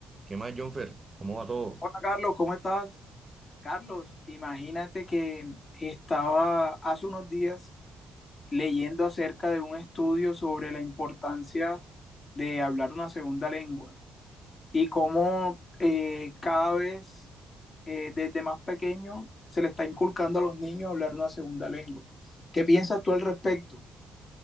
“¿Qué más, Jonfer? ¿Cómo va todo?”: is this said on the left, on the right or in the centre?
Right